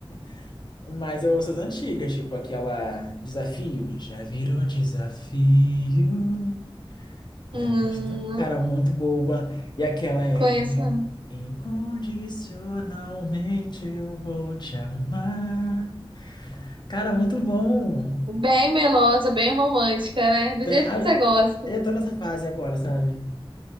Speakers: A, on the left (about 50°); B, on the right (about 60°).
A: <laughs> Mas eu ouço as antigas, tipo aquela Desafio. Já virou desafio.
B: Hum,
A: Me arrasta.
B: não
A: Cara, muito boba. E aquela é
B: conheço,
A: "In-
B: não.
A: Incondicionalmente eu vou te amar. Cara, muito bom.
B: Bem melosa, bem romântica, né? Do
A: Vé-
B: jeito
A: a-
B: que você gosta.
A: Eu tô nessa fase agora, sabe?